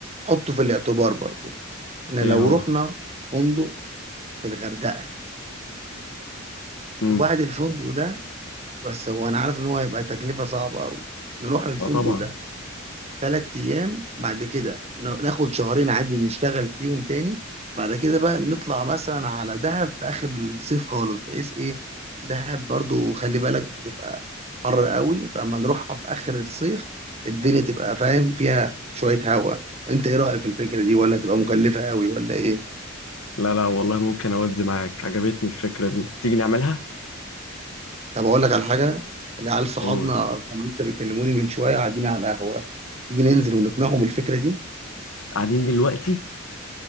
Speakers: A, on the right (about 30°); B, on the left (about 85°).
A: حطه في الاعتبار برضو احنا
B: إيه
A: لو
B: هو؟
A: رحنا فندق في الغردقة
B: مم.
A: وبعد الفندق ده بس هو انا عارف ان هو هيبقى تكلفة صعبة قوي نروح الفندق
B: ما طبعا
A: ده ثلاث ايام بعد كده ن- ناخد شهرين عادي نشتغل فيهم تاني بعد كده بقى نطلع مثلا على دهب في اخر الصيف خالص بحيث ايه دهب برضو خلي بالك بتبقى حر قوي فاما نروحها في اخر الصيف الدنيا تبقى فاهم فيها شوية هواء انت ايه رأيك في الفكرة دي ولا تبقى مكلفة قوي ولا ايه
B: لا لا والله ممكن أودي معاك عجبتني الفكرة دي تيجي نعملها؟
A: طب اقول لك على حاجة العيال صحابنا
B: قول
A: كانوا لسه بيكلموني من شوية قاعدين على القهوة تيجي ننزل ونقنعهم الفكرة دي
B: قاعدين دلوقتي